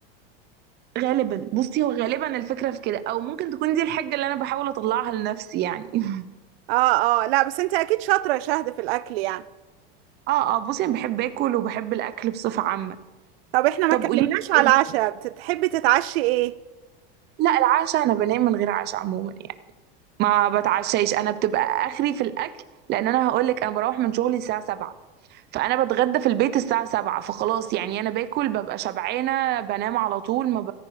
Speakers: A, on the right (about 35°); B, on the right (about 80°).
A: غالبا بصي هو غالبا الفكره في كده او ممكن تكون دي الحاجه اللي انا بحاول اطلعها لنفسي يعني <laughs>
B: اه اه لا بس انت اكيد شاطره يا شهد في الاكل يعني
A: اه اه بصي انا بحب اكل وبحب الاكل بصفه عامه
B: طب احنا ما
A: طب
B: اتكلمناش
A: قولي
B: على
A: لي
B: العشاء بتحبي تتعشي ايه
A: لا العشاء انا بنام من غير عشاء عموما يعني. ما بتعشاش انا بتبقى اخري في الاكل لان انا هقولك انا بروح من شغلي الساعه 7 فانا بتغدى في البيت الساعه 7 فخلاص يعني انا باكل ببقى شبعانه بنام على طول ما, ب...